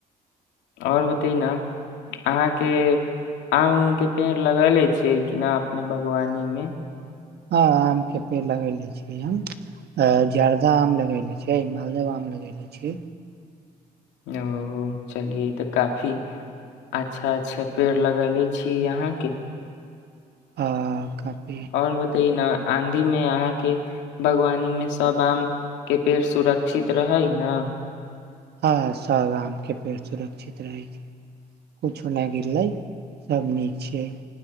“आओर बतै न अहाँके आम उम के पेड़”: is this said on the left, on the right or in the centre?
Left